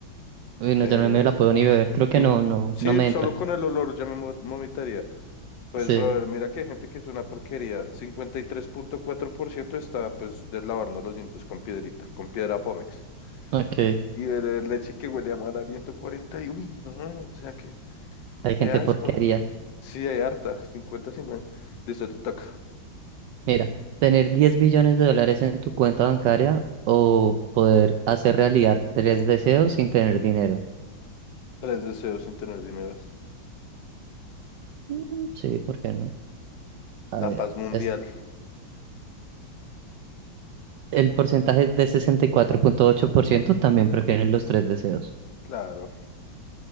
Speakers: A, on the right; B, on the left.
A: Uy, no,
B: Eh,
A: yo no me la puedo ni beber, creo que
B: y-
A: no, no,
B: sí,
A: no me
B: solo
A: entra.
B: con el olor ya me mo- vomitaría. Pues,
A: Sí,
B: brother, mira que hay gente que es una porquería. Cincuenta y tres punto cuatro por ciento está, pues, deslavarnos los dientes con piedrita, con piedra Pómex.
A: ok.
B: Y beber leche que huele a mal aliento 40 y, uy, no, o sea, que,
A: Hay gente
B: qué asco.
A: porquería.
B: Sí, hay harta, 50 50. Listo, te toca.
A: Mira, tener 10 billones de dólares en tu cuenta bancaria o poder hacer realidad tres deseos sin tener dinero.
B: Tres deseos sin tener dinero.
A: Mm, Sí, ¿por qué no? A
B: La
A: ver,
B: paz mundial,
A: es, el porcentaje es de sesenta y cuatro punto ocho por ciento también prefieren los tres deseos.
B: claro.